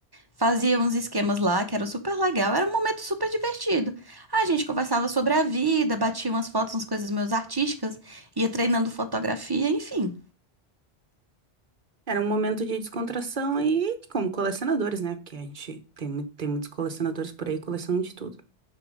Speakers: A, on the right; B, on the right.
A: fazia uns esquemas lá, que era super legal, era um momento super divertido. A gente conversava sobre a vida, batia umas fotos, umas coisas meus artísticas, ia treinando fotografia, enfim.
B: Era um momento de descontração e como colecionadores, né? Porque a gente tem, mu- tem muitos colecionadores por aí, colecionam de tudo.